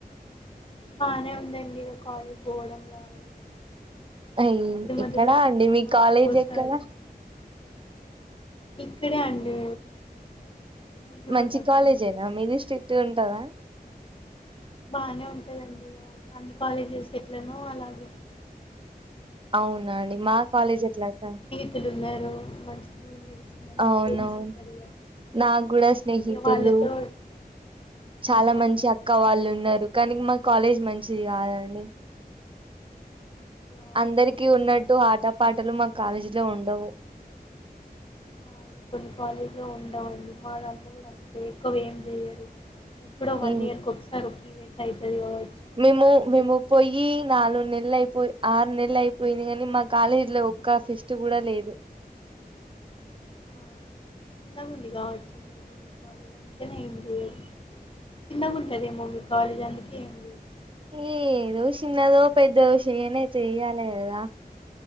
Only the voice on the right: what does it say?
అయ్
ఎక్కడా
అండి మీ
కాలేజ్
ఎక్కడా
మంచి
కాలేజ్
యేన మీది స్ట్రిక్ట్ ఉంటదా
అవునా అండి మా కాలేజ్ ఎట్లాగా
అవునవును
నాకు కూడా స్నేహితులు
చాలా
మంచి
అక్క వాళ్ళు ఉన్నారు కానీ మా కాలేజ్ మంచిది కాదండి
అందరికి ఉన్నట్టు
ఆట పాటలు మా కాలేజీలో ఉండవు
ఏం
మేము
మేము పోయి నాలుగు నెలలు అయిపోయి ఆరు నెలలు అయిపోయింది కాని మా కాలేజీ లో ఒక్క ఫెస్ట్ కూడా లేదు
ఏ ఏదో చిన్నదో పెద్దదో చేయనైతే చేయాలి కదా